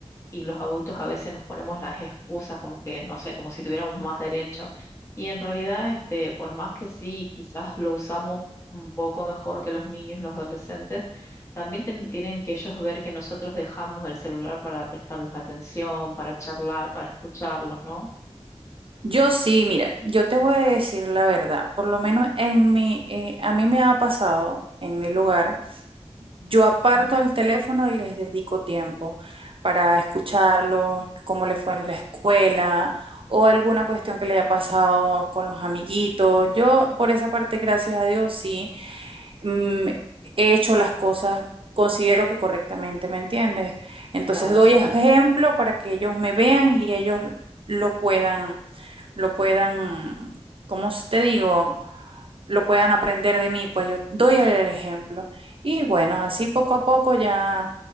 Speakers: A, on the left; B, on the right.
A: y los adultos a veces nos ponemos las excusas como que, no sé, como si tuviéramos más derecho. Y en realidad, este, por más que sí, quizás lo usamos un poco mejor que los niños y los adolescentes, también ten- tienen que ellos ver que nosotros dejamos el celular para prestarles atención, para charlar, para escucharlos, ¿no?
B: Yo sí, mira, yo te voy a decir la verdad, por lo menos en mi, eh, a mí me ha pasado en mi lugar. Yo aparto
A: Mm,
B: el teléfono y les dedico tiempo para escucharlos, cómo les fue en la escuela o alguna cuestión que le haya pasado con los amiguitos. Yo, por esa parte, gracias a Dios, sí, mm, he hecho las cosas, considero que correctamente, ¿me entiendes? Entonces
A: Claro,
B: doy
A: sí,
B: ejemplo
A: sí.
B: para que ellos me vean y ellos lo puedan, lo puedan, ¿cómo te digo? lo puedan aprender de mí, pues yo doy el ejemplo. Y bueno, así poco a poco ya